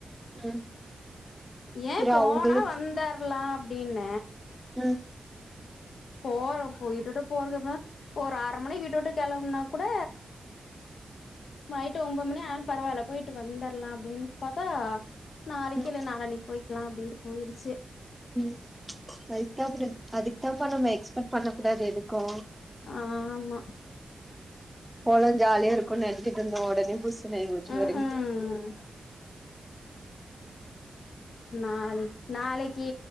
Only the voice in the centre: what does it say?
ம்
சரி
அவங்களுக்கு
ம்
ம்
ம் அதுக்கு தா அதுக்கு தாப்ப நம்ம எக்ஸ்பெக்ட் பண்ண கூடாது எதுக்கு
போலா ஜாலியா இருக்குனு நெனச்சிட்டு இருந்த ஒடனே புஸுனு ஆயி போச்சி
பாரு